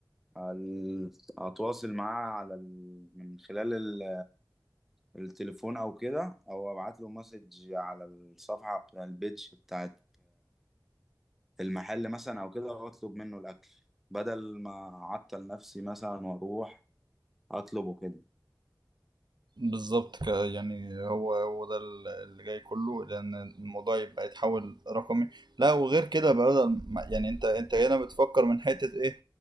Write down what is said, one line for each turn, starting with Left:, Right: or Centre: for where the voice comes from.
Centre: ال- اتواصل معاه على ال... من خلال ال... التليفون او كده او ابعت له مسج على الصفحة بتاع البيج بتاعت المحل مثلا او كده واطلب منه الاكل بدل ما اعطل نفسي مثلا واروح اطلبه كده
Right: بالظبط ك- يعني هو هو ده ال- اللي جاي كله لان الموضوع يبقى يتحول رقمي لا وغير كده بقى بدل ما- يعني انت انت هنا بتفكر من حتة ايه